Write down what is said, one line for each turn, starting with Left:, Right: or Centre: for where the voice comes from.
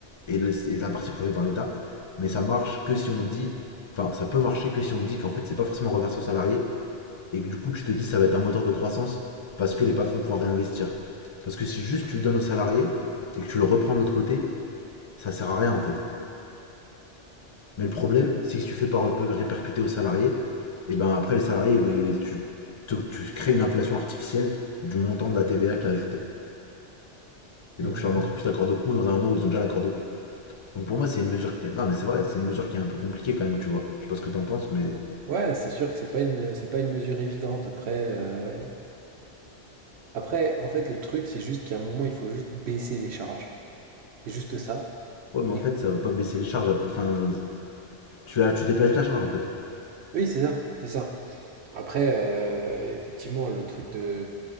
Left: et, le- et la partie prélevée par l'État. Mais ça marche que si on dit, enfin, ça peut marcher que si on dit qu'en fait, c'est pas forcément reversé aux salariés et que du coup, tu te dis, ça va être un moteur de croissance parce que les patrons pourront réinvestir. Parce que si juste tu le donnes aux salariés et que tu le reprends de l'autre côté, ça sert à rien en fait. Mais le problème, c'est que si tu fais pas répercuter aux salariés, et ben après les salariés ils vont, tu, tu- tu crées une inflation artificielle du montant de la TVA que tu as ajouté. Et
Right: Mmh
Left: donc je suis encore plus d'accord de coût dans un moment où ils ont déjà l'accord de coût. Donc pour moi, c'est une mesure qui... Non, mais c'est vrai, c'est une mesure qui est un peu compliquée quand même, tu vois. Je sais pas ce que t'en penses, mais...
Right: Ouais, c'est sûr que c'est pas une, c'est pas une mesure évidente. Après, heu, après, en fait, le truc, c'est juste qu'à un moment, il faut juste baisser les charges. C'est juste ça.
Left: Ouais, mais en
Right: Et
Left: fait, ça va pas baisser les charges. à peu- Enfin, tu, la- tu déplaces la charge, en fait.
Right: oui, c'est ça, c'est ça. Après, heu, effectivement, le truc de